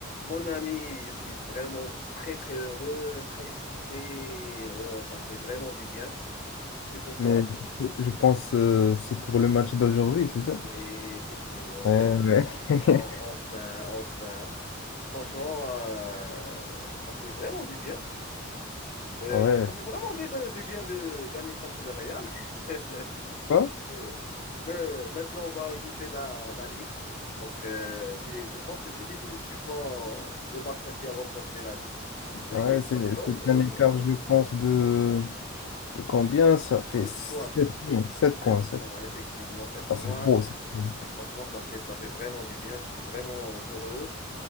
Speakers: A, on the left; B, on the left.
A: Mon ami, je suis vraiment très très heureux, très excité. Oh, ça fait vraiment du bien. Tu sais pourquoi?
B: Mais je pense euh, c'est pour le match d'aujourd'hui, c'est ça?
A: Oui, effectivement,
B: Ouais,
A: oui,
B: ouais.
A: effectivement.
B: <laughs>
A: Enfin, enfin. Franchement, euh, ça fait vraiment du bien. Euh,
B: Ouais.
A: ça fait vraiment déjà du bien de gagner contre le Real. <laughs>
B: Quoi?
A: Euh, mais Maintenant, on va ajouter la, la Ligue. Donc, euh, c'est, je pense que c'est définitivement le Barça qui a remporté la Ligue, la
B: Ah
A: Ligue espagnole.
B: Ouais, c'est c'est
A: Euh,
B: un écart, je pense, de, de combien? Ça fait
A: Sept
B: 7
A: points.
B: points. 7 points,
A: 7
B: 7.
A: points, effectivement, 7
B: Ah, c'est
A: points.
B: trop, c'est trop.
A: Ah, Franchement, ça fait, ça fait vraiment du bien. Je suis vraiment heureux.